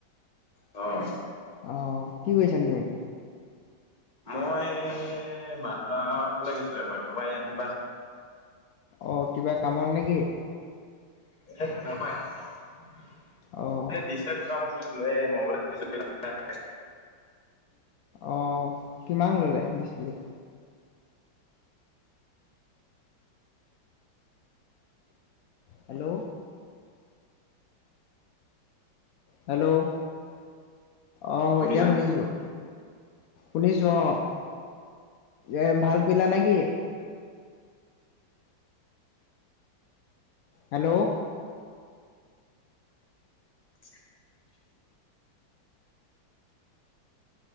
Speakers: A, on the left; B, on the left.
A: অ'।
B: অ' কি কৰিছানো তুমি?
A: মই <unintelligible> ফালে গৈছিলো এপাক <unintelligible>
B: অ' কিবা কামত নেকি?
A: <unintelligible>
B: অ',
A: <unintelligible>
B: অ' কিমান ললে <unintelligible> হেল্ল'। হেল্ল'। অ'
A: শুনিছ
B: এতিয়া
A: নাই?
B: শুনিছো। শুনিছো অ' এ ভাল কৰিলা নেকি? হেল্ল'।
A: <inaudible>